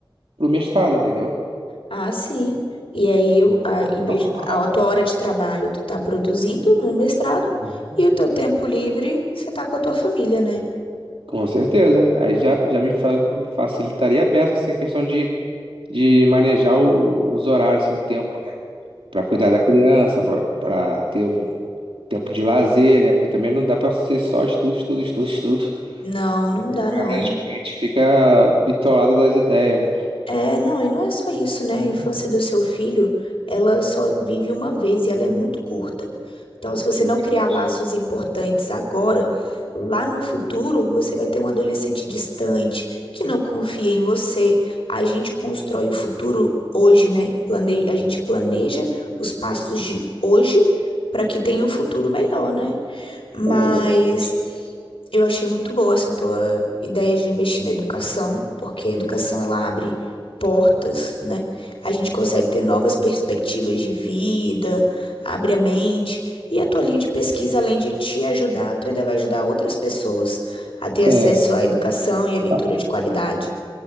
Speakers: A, on the right (about 85°); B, on the left (about 85°).
A: pro mestrado, entendeu?
B: ah, sim. E aí, eu, a, em vez,
A: Ah,
B: a tua hora de trabalho, tu tá produzindo no mestrado
A: uhum.
B: e o teu tempo livre, você tá com a tua família, né?
A: Com certeza. Aí já, já me fa- facilitaria a beça assim, a questão de, de manejar o- os horários, assim, o tempo, né? Para cuidar da criança, para ter um tempo de lazer, né? Porque também não dá para ser só estudo, estudo, estudo, estudo.
B: Não,
A: Tem
B: não dá,
A: Uma
B: não.
A: hora a gente, a gente fica bitolado das ideias, né?
B: É, não, e não é só isso, né?
A: Uhum,
B: A infância do seu filho, ela só vive uma vez e ela é muito curta. Então, se você
A: Exatamente.
B: não criar laços importantes agora, lá no futuro, você vai ter um adolescente distante, que não confia em você. A gente constrói o futuro hoje, né? Plane... A gente planeja os passos de hoje para que tenha um futuro melhor, né? Mas
A: É, exatamente.
B: eu achei muito boa essa tua ideia de investir na educação, porque a educação ela abre portas, né? A gente consegue ter novas
A: Uhum.
B: perspectivas de vida, abre a mente. E a tua linha de pesquisa, além de te ajudar, tu ainda vai ajudar outras pessoas a ter acesso
A: É.
B: à educação e à leitura
A: Ah,
B: de qualidade,